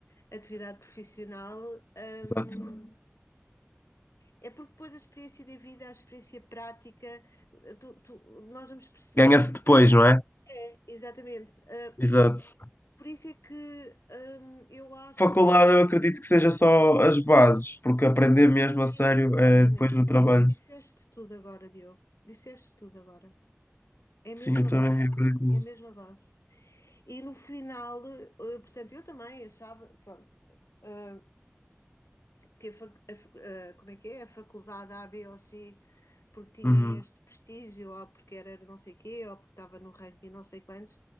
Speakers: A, on the left (about 70°); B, on the left (about 45°).
A: atividade profissional, ehm,
B: exato.
A: é porque depois a experiência de vida, a experiência prática, eh, tu- tu- nós vamos percebendo,
B: Ganha-se depois, não é?
A: é, exatamente. eh,
B: Exato.
A: por isso é que ehm, eu acho
B: Faculdade,
A: que,
B: eu acredito que seja só as bases, porque aprender mesmo a
A: exatamente,
B: sério é depois no trabalho.
A: disseste tudo agora, Diogo, disseste tudo agora. É a
B: Sim,
A: mesma
B: eu
A: base,
B: também acredito nisso.
A: é a mesma base. E no final, eh, portanto, eu também achava, pronto, eh, que a, fac- a fac- eh, como é que é? A faculdade A, B ou C, porque tinha
B: Uhum.
A: este prestígio, ou porque era não sei quê, ou porque estava no ranking não sei quantos,